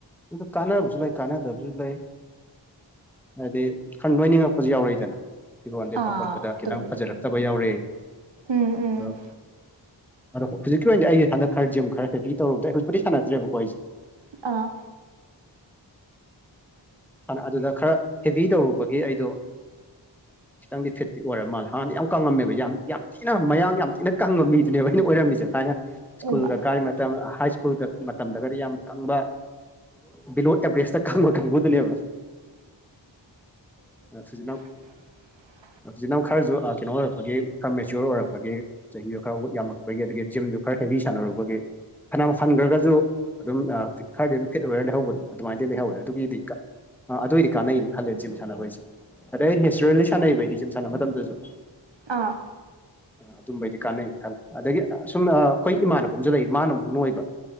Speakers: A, in the centre; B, on the right.
A: ꯑꯗꯨ ꯀꯥꯟꯅꯕꯁꯨ ꯂꯩ ꯀꯥꯟꯅꯗꯕꯁꯨ ꯂꯩ ꯍꯥꯏꯗꯤ ꯈꯔ ꯂꯣꯏꯅꯤꯡꯉꯛꯄꯁꯨ ꯌꯥꯎꯔꯛꯏꯗꯅ ꯐꯤꯔꯣꯜ ꯂꯤꯦꯞꯄ
B: ꯑꯥ
A: ꯈꯣꯠꯄꯗ ꯈꯤꯇꯪ
B: ꯇꯧꯕꯗꯤ
A: ꯐꯖꯔꯛꯇꯕ ꯌꯥꯎꯔꯛꯦ
B: ꯎꯝ ꯎꯝ
A: ꯑꯗꯣ ꯑꯗꯣ ꯍꯧꯖꯤꯛꯀꯤ ꯑꯣꯏꯅꯗꯤ ꯑꯩ ꯍꯟꯗꯛ ꯈꯔ ꯝ ꯈꯔꯦꯦꯛꯄꯤ ꯇꯧꯔꯕꯗ ꯑꯩ ꯍꯧꯖꯤꯤꯗꯤꯥꯟꯅꯗꯦꯕꯀꯣ ꯑꯩꯁꯦ
B: ꯑꯥ
A: ꯅ ꯑꯗꯨꯗ ꯈꯔ ꯍꯦꯚ ꯇꯧꯔꯨꯕꯒꯤ ꯑꯩꯗꯣ ꯈꯤꯇꯪꯗꯤ ꯐꯤꯠꯇꯤ ꯑꯣꯏꯔ ꯃꯥꯜꯂꯦ ꯍꯥꯟꯗꯤ ꯌꯥꯝ ꯀꯪꯉꯝꯃꯦꯕ ꯌꯥꯝ ꯌꯥꯝ ꯌꯥꯝ ꯊꯤꯅ ꯃꯌꯥꯡ ꯌꯥꯝ ꯊꯤꯅ ꯀꯪꯕ ꯃꯤꯗꯨꯅꯦꯕ ꯑꯩꯅ ꯑꯣꯏꯔꯝꯃꯤꯁꯦ ꯁꯥꯏꯅ ꯁ꯭ꯀꯨꯜꯒ
B: ꯑꯣꯏꯃ
A: ꯀ ꯃ ꯍ ꯁꯀꯨꯜꯒ ꯗꯒꯗꯤ ꯌꯥꯝ ꯀꯪꯕ ꯕꯤꯂꯣ ꯑꯦꯚꯔꯦꯁꯇ ꯀꯪꯕ ꯀꯥꯡꯕꯨꯗꯨꯅꯦꯕ ꯁꯤꯖꯤꯅ
B: <inaudible>
A: ꯍꯧꯖꯤꯛ ꯅꯪ ꯈꯔꯁꯨ ꯀꯩꯅꯣ ꯑꯣꯏꯔꯛꯄꯒꯤ ꯈꯔ ꯃꯦꯆꯌꯣꯔ ꯑꯣꯏꯔꯛꯄꯒꯤ ꯆꯍꯤꯗꯣ ꯈꯔ ꯌꯥꯝꯃꯛꯛꯄꯒꯤ ꯑꯗꯒꯤ ꯖꯤꯝꯗꯣ ꯈꯔ ꯍꯦꯕꯤ ꯁꯥꯟꯅꯔꯨꯕꯒꯤ ꯐꯅꯝ ꯍꯟꯈ꯭ꯔꯒꯁꯨ ꯑꯗꯨꯝ ꯈꯔꯗꯤ ꯑꯗꯨꯝ ꯐꯤꯠ ꯑꯣꯏꯔ ꯂꯩꯍꯧꯕꯗꯣ ꯑꯗꯨꯃꯥꯏꯅꯗꯤ ꯂꯩꯍꯧꯔꯦ ꯑꯗꯨꯒꯤꯗꯤ ꯑ ꯑꯗꯨꯑꯣꯏꯗꯤ ꯀꯥꯟꯅꯩꯅꯦ ꯈꯜꯂꯦ ꯖꯤꯝ ꯁꯥꯟꯅꯕꯩꯁꯦ ꯑꯗꯩ ꯑꯩ ꯅꯦꯆꯔꯦꯜꯂꯤ ꯁꯥꯟꯅꯩꯕ ꯑꯩꯗꯤ ꯖꯤꯝ ꯁꯥꯟꯅꯕ ꯃꯇꯝꯗꯁꯨ
B: ꯑꯥ
A: ꯑꯗꯨꯝꯕꯩꯗꯤ ꯀꯥꯟꯅꯩꯩꯅ ꯈꯜꯂꯤꯦ ꯑꯗꯒꯤ ꯁꯨꯝ ꯑꯩꯈꯣꯏ ꯏꯃꯥꯟꯅꯕꯁꯨ ꯂꯩ ꯃꯥꯅ ꯑꯃꯨꯛ ꯅꯣꯏꯕ